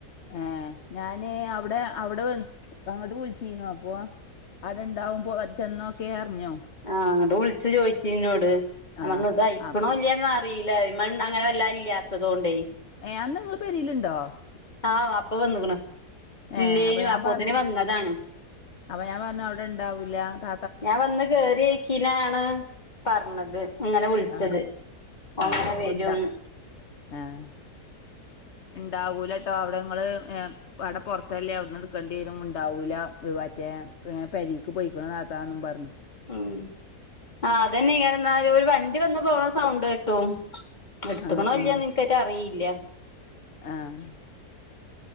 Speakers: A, on the left; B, on the left.
A: ഏ, ഞാന് അവിടെ അവിടെ വ അങ്ങോട്ട് വിലിച്ചീനു അപ്പൊ അടണ്ടാവും പോ ചെന്നോക്കെറിഞ്ഞോ.
B: ആഹ് അങ്ങട്ട് വിളിച്ചു ചോയിച്ചിന്നോട് ഞമ്പറഞ്ഞു
A: ആഹ്
B: ഇതയക്കണോല്യോന്ന
A: അപ്പൊ
B: യില്ലയമൺ അങ്ങനെ വല്ല ഇല്ലാത്തത്കൊണ്ടേ.
A: ഏ അന്ന് നിങ്ങള്പേരിലുണ്ടോ?
B: ആഹ് വാപ്പ വന്നക്ക്ണ്
A: ഏഹ്
B: ഇല്ലേനു
A: അപ്പൊ ഞാൻ
B: അപ്പൊതിന്
A: പറഞ്ഞു
B: വന്നതാണ്.
A: അപ്പൊ ഞാൻ പറഞ്ഞു അവിടെ ഇണ്ടാവൂല്ല. ത
B: ഞാൻ വന്ന് കയറിയിക്കീനാണ് പറഞ്ഞത് ഇങ്ങനെ വിളിച്ചത്.
A: ആഹ്
B: അങ്ങനെ
A: ഏഹ്
B: വരും.
A: ഓൻ ഇണ്ടാ ആഹ് ഉണ്ടാവൂലട്ടോ അവിടെങ്ങള് ഏ അവിടെ പുറത്തല്ലേ അവിടന്ന് എടുക്കേണ്ടി വരും ഉണ്ടാവൂല മറ്റേ പെരീക്ക് പോയിക്കണ് താത്താന്നും പറഞ്ഞു
B: ഉം ആഹ് അതന്നെ ഒരു വണ്ടി വന്ന് പോണ സൗണ്ട് കെട്ടു. എടുത്തക്കണല്ലന്ന്ൻക്കറ്റ
A: ആഹ് ആഹ്
B: അറിയില്ല.
A: ആഹ്.